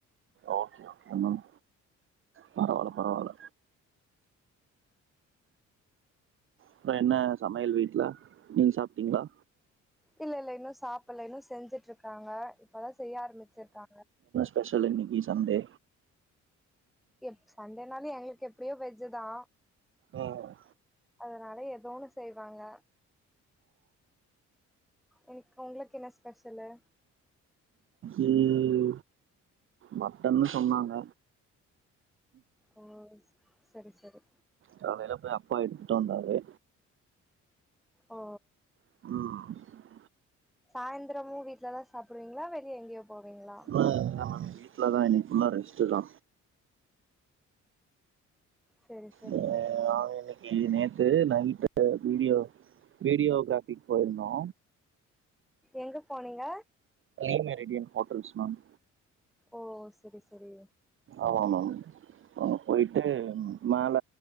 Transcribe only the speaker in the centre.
இல்ல இல்ல இன்னு சாப்பல இன்னு செஞ்சுட்டு இருக்காங்க இப்பதா செய்ய ஆரம்பிச்சுருக்க ஆரம்பிச்சிருக்காங்க
எப்ஸ் சண்டேனால எங்களுக்கு எப்படியோ வெஜ்ஜு தா
அதனால ஏதோ ஒன்னு செய்வாங்க இனைக்கு உங்களுக்கு என்ன ஸ்பெஷலு
ஓ சேரி சேரி
ஓ
சாயந்திரமு வீட்ல்லாதா சாப்பிடுவீங்களா வெளியே எங்கேயோ போவீங்களா
சரி சரி
எங்க போனீங்க
ஓ செரி செரி